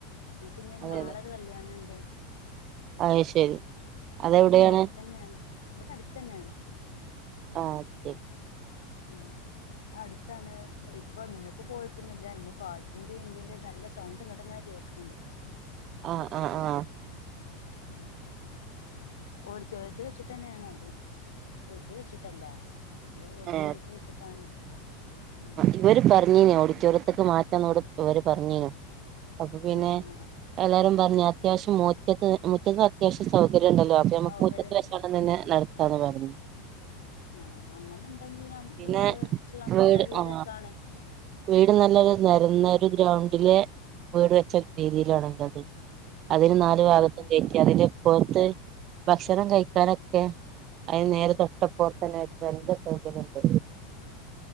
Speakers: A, on the left; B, on the right.
A: ഞങ്ങകിഞ്ഞൊരു
B: അതെ
A: നാളെരു കല്യാണുണ്ട്
B: അയ്ശെരി അതെവിടെയാണ്
A: ഉം അടുത്തന്നെയാണ് ഇവിടെ അടുത്തന്നെയാണ്
B: ആഹ് ശെരി
A: ഉം അടുത്താണ് ഇപ്പൊ ഇന്നിപ്പോ പോയിട്ടുന്നില്ല ഇല്ല ഇന്ന്പാട്ടിന്റെ ന്തിന്റിം നല്ലസൗണ്ട് ഇങ്ങട്ട് ങ്ങനെകേൾക്ണ്ട്
B: ആഹ് ആഹ് ആഹ്
A: ഉം ഓഡിറ്റോറിയത്തിവെച്ചിട്ട് തന്നെയാണോ അത് വീട്ടിവെച്ചിട്ടല്ല ഇത് ഓഡിറ്റോറിയത്തി
B: ഏ
A: വെച്ചിട്ടാണ് ഉം
B: ഇവര്പറഞ്ഞീനോ ഓഡിറ്റോറിയത്തേക്ക് മാറ്റാന്നോട് ഇവര് പറഞ്ഞീനു അപ്പൊപിന്നെ
A: ആഹ് ആഹ്
B: എല്ലാരും പറഞ് അത്യാവിശ്യം മുറ്റത്ത് മുറ്റത്ത് അത്യാവിശ്യം സൗകര്യം ഉണ്ടല്ലോ അപ്പോ നമക്ക്
A: സൗകര്യം
B: മുറ്റത്ത് അന്നന്നെ നടത്താന്ന് പറഞ്
A: ആഹ് അങ്ങനെ ണ്ടങ്കി നമ്മ
B: പിന്നെ
A: വീട്ട് വെച്ച് നടത്ത്നത്
B: വീട്
A: ഒര്
B: ആ
A: രസമാണ്
B: വീട് നല്ലൊരു നരന്നൊരു ഗ്രൗണ്ടിലെ വീട് വെച്ച രീതിയിലാണല്ലോ അത് അതിന് നാല്
A: ആ
B: ഭാഗത്തും
A: ആ
B: കയറ്റി അതില് പോറത്ത് ഭക്ഷണം കഴിക്കാനൊക്കെ അതിന് നേരെ തൊട്ടപ്പോറത്തന്നൊയിട്ട് രണ്ട് സ്വകര്യണ്ട്